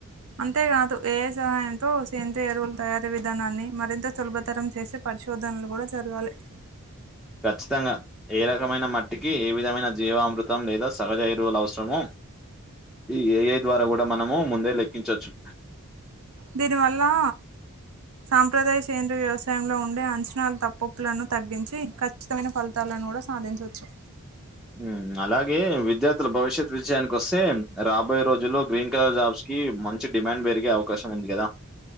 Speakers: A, on the right (about 65°); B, in the centre.
A: అంతేకాదు ఏఐ సహాయంతో సేంద్రి ఎరువుల తయారీ విధానాన్ని మరింత సులభతరం జేసి పరిశోధనలు గూడా జరగాలి
B: ఖచ్చితంగా ఏ రకమైన మట్టికి ఈ విధమైన జీవ అమృతం లేదా సహజ ఇరువులు అవసరమో ఈ ఏఐ ద్వారా గూడా మనము ముందే లెక్కించోచ్చు
A: దీనివల్లా సాంప్రదాయ సేంద్రియ వ్యవసాయంలో ఉండే అంచనాల తప్పొప్పులను తగ్గించి ఇంక ఉచితమైన ఫలితాలను గుడా సాధించొచ్చు
B: మ్మ్ అలాగే విద్యార్థుల భవిష్యత్ విషయానికి వస్తే రాబోయే రోజుల్లో గ్రీన్ కలర్ జాబ్స్ కీ మంచి డిమాండ్ పెరిగే అవకాశం ఉంది గదా